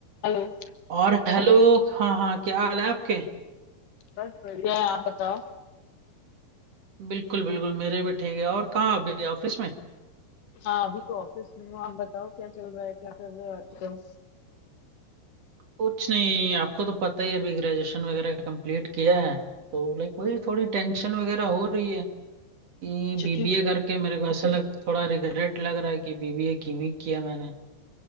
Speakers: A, on the left; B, on the right.
A: Hello बस
B: और हेलो हाँ हाँ क्या हाल है आपके
A: क्या बढ़िया है आप बताओ
B: बिल्कुल बिल्कुल मेरे भी ठीक है और कहाँ अभी ऑफिस में
A: हाँ अभी तो ऑफिस में हूँ आप बताओ क्या चल रहा है क्या कर रहे हो आजकल
B: कुछ नहीं आपको तो पता ही है, अभी ग्रेजुएशन वगैरह कंप्लीट किया है तो लाइक वही थोड़ी टेंशन वगैरह हो रही है कि
A: छुट्टी
B: बीबीए करके मेरे को ऐसा लग थोड़ा रिग्रेट लग रहा है कि बीबीए क्यों ही किया मैंने